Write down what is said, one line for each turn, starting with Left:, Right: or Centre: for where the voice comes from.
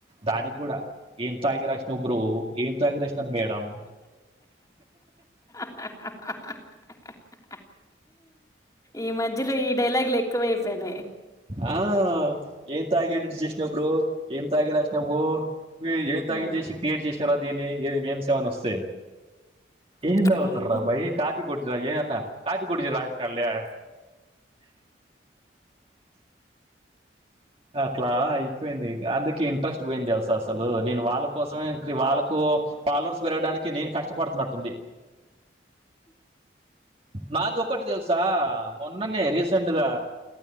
Right: దానికి కూడా ఏ తాగి రాసినవ్ బ్రో ఏం తాగిరాసిన మేడం
Left: హ హ హ హ హ ఈ మధ్యలో ఈ డైలాగులే ఎ ఎక్కువ అయిపోయినాయి
Right: ఆ ఏం తాగి ఎడిట్ చేసినవ్ బ్రో ఏం తాగి రాసినావ్ బ్రో మీరు ఏమి
Left: హ్మ్
Right: తాగి చేసి క్రియేట్ చేసినావురో దీన్ని ఏది మేం సేమని వస్తే ఏం తాగుత్తారబాయ్
Left: అవును
Right: కాపీ కొట్టరా ఏమన్నా కాపీ కొట్టి రాసినడులే <unintelligible> అట్లా అయిపోయింది అందుకె ఇంట్రెస్ట్ పోయింది అస అసలు నేను వాళ్ళ కోసమే వాళ్ళకు ఫాలోస్ పెరగాడానికి నేను కష్టపడుతున్నట్టుంది, నాది ఒకటి తెలుసా మొన్ననే రిసంట్గా